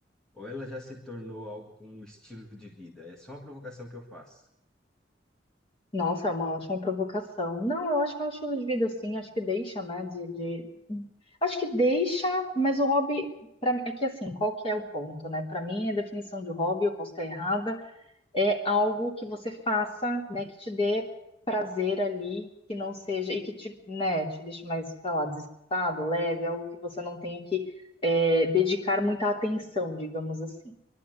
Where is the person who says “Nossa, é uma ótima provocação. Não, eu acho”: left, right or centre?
Left